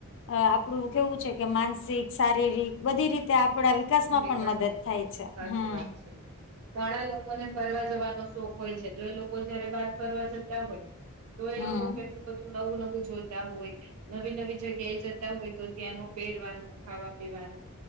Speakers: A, on the left; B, on the right.
A: અ આપડું કેવું છે કે માનસિક શારીરિક બધી રીતે આપડા વિકાસમાં
B: વિકાસ
A: પણ મદદ
B: થાતો
A: થાય
B: હોય છે સાચી
A: હમ
B: વાત છે. ઘણા લોકોને ફરવા જવાનો શોખ હોય છે જો એ લોકો જયારે બાદ ફરવા જતા હોય તો એ
A: હમ
B: લોકો કેટલું બધું નવું નવું જોતા હોય નવી નવી જગ્યાએ જતા હોય તો ત્યાં ન પહેરવાનું ખાવા પીવાનું